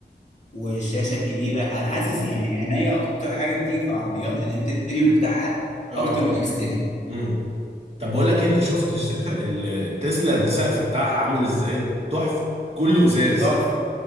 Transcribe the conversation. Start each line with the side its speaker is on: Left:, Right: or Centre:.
Left: والشاشه الكبيره انا حاسس
Right: مم.
Left: يعني عينيا اكتر حاجه بتيجي في العربيات الانتيريور بتاعها
Right: اه
Left: اكتر من الاكستيريور
Right: امم طب بقول لك إيه، انت شفت الشاشه ال- التسلا السقف بتاعها عامل ازاي تحفه كله ازاز
Left: تحفه